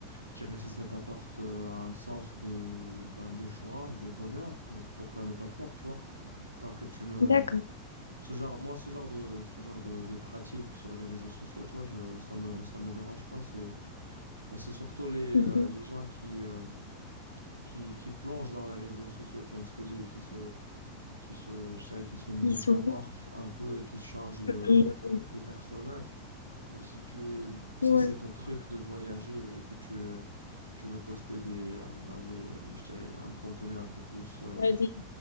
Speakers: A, on the right; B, on the left.
A: je dirais si ça t'apporte euh, un sens de, ben, de joie et de bonheur, pour, pourquoi ne pas le faire, tu vois? Tant que tu ne,
B: D'accord.
A: ce genre, moi, ce genre de, ce genre de, de pratique sur les réseaux sociaux, tu vois, je, ça me, ça me dérange pas. C'est, moi, c'est surtout les,
B: Mhm.
A: euh, les gens qui, euh, qui, qui plonge dans les réseaux sociaux, comme je t'ai dit, et qui se, qui se, je dirais, qui se métamorphe
B: Ils sont...
A: un peu et qui se change de,
B: Mhm.
A: de personnage. Mais si tu es, si
B: Ouais.
A: c'est ton truc de voyager et que tu, euh, tu veux poster des, euh, ben, des, euh, je dirais, un contenu un peu plus, euh,
B: Ouais, des-